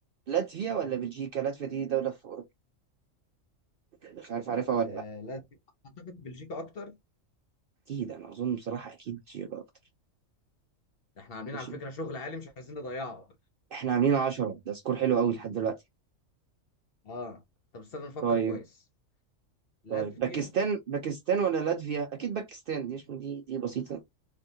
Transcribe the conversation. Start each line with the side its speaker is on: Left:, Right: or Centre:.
Right: لاتفيا ولا بلجيكا لاتفيا دي دوله في اوروبا يعني مش عارف عارفها ولا
Left: آه،
Right: لا
Left: لازم اعتقد بلجيكا اكتر
Right: اكيد انا اظن بصراحه اكيد بلجيكا اكتر
Left: احنا عاملين
Right: ماشي
Left: على فكره شغل عالي مش عايزين نضيعه
Right: احنا عاملين 10 ده سكور حلو قوي لحد دلوقتي
Left: اه طب استنى نفكر
Right: طيب
Left: كويس لاتفيا
Right: طيب باكستان باكستان ولا لاتفيا اكيد باكستان دي مش دي دي بسيطه